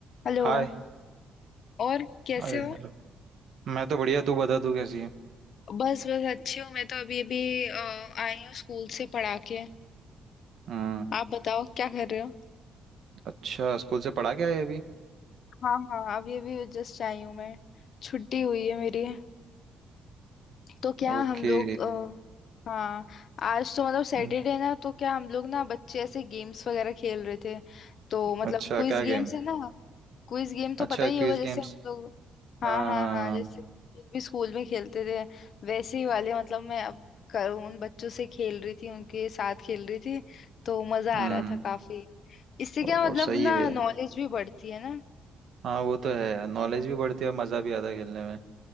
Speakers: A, on the left (about 60°); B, on the right (about 65°).
A: हेलो
B: हाय
A: और कैसे
B: अरे
A: हो
B: हेलो मैं तो बढ़िया तू बता तू कैसी है
A: बस बस अच्छी हूँ मैं तो अभी अभी अ, आई हूँ स्कूल से पढ़ा के
B: हम्म
A: आप बताओ क्या कर रहे हो
B: अच्छा स्कूल से पढ़ा क्या है अभी
A: हाँ हाँ अभी अभी जस्ट आई हूँ मैं छुट्टी हुई है मेरी तो क्या
B: ओके
A: हम लोग अ, हाँ आज तो मतलब सैटरडे
B: हम्म,
A: ना तो क्या हम लोग ना बच्चे ऐसे गेम्स वगैरह खेल रहे थे तो मतलब
B: अच्छा
A: क्विज
B: क्या
A: गेम्स
B: गेम
A: है ना क्विज गेम तो
B: अच्छा
A: पता ही
B: क्विज
A: होगा जैसे
B: गेम्स
A: हम लोग हाँ
B: हाँ
A: हाँ
B: हाँ
A: हाँ जैसे हम लोग भी स्कूल में खेलते थे वैसे ही वाले मतलब मैं अब कर, उन बच्चों से खेल रही थी उनके साथ खेल रही थी तो मजा
B: हम्म
A: आ रहा था काफी इससे क्या
B: ओहो
A: मतलब
B: सही
A: ना
B: है यार
A: नॉलेज भी बढ़ती है ना
B: हाँ वो तो है यार नॉलेज भी बढ़ती है और मज़ा भी आता है खेलने में